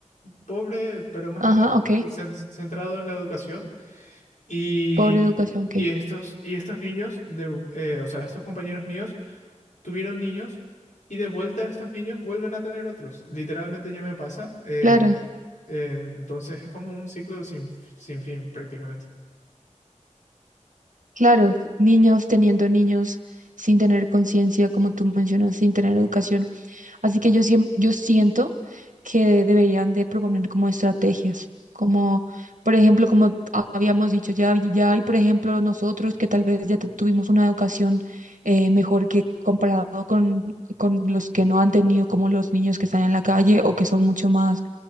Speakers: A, on the left; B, on the right.
A: pobre, pero más
B: Ajá,
A: que nada
B: ok.
A: cen- centrado en la educación. Y,
B: Pobre educación, ok.
A: y estos, y estos niños, de, eh, o sea, estos compañeros míos, tuvieron niños y de vuelta estos niños vuelven a tener otros. Literalmente ya me pasa. eh,
B: Claro,
A: eh, entonces es como un ciclo sin, f- sin fin prácticamente.
B: claro. Niños teniendo niños sin tener conciencia, como tú mencionas, sin tener educación. Así que yo, siem- yo siento que deberían de proponer como estrategias, como por ejemplo, como ha- habíamos dicho, ya, hay- ya hay, por ejemplo, nosotros que tal vez ya te- tuvimos una educación eh, mejor que comparado con, con los que no han tenido, como los niños que están en la calle o que son mucho más